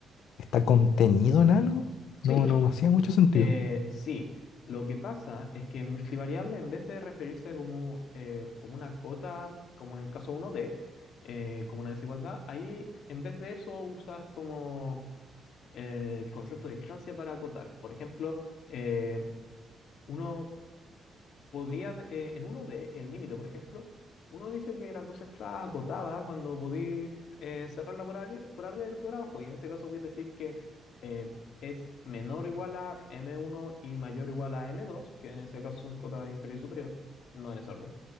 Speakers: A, on the left; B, on the left.
A: está contenido en algo.
B: sí,
A: No, no me hacía mucho sentido.
B: Eh, sí, lo que pasa es que multivariable, en vez de referirse como, eh, como una cota, como en el caso uno d eh, como una desigualdad, ahí en vez de eso usas como eh, el concepto de distancia para acotar. Por ejemplo, eh, uno podría, de- eh, en uno de El Límite, por ejemplo, uno dice que la cosa está acotada cuando podéis eh, cerrarla por arriba, por arriba y por abajo, y en este caso voy a decir que eh, es menor o igual a m uno y mayor o igual a m dos que en ese caso son cotas inferior y superior, no en ese orden.